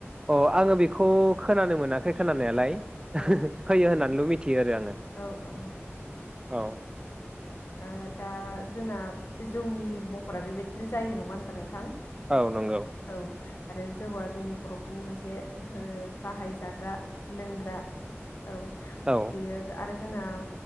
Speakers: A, on the right (about 20°); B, on the left (about 60°).
A: अ आङो बेखौ खोनानो मोनाखै खोनानायालाय
B: औ
A: होयो होन्नानैल' मिथियो आरो आङो
B: औ औ नंगौ।
A: औ।
B: ओ दा जोंना जौनि महरा बेबायदिनो जायो नङा होनबा नोंथां।
A: औ नंगौ।
B: औ आरो जौआ जोंनि बर'फोरनि मोनसे ओ बाहायजाग्रा लोंग्रा औ
A: औ
B: बेयो आरो जोंना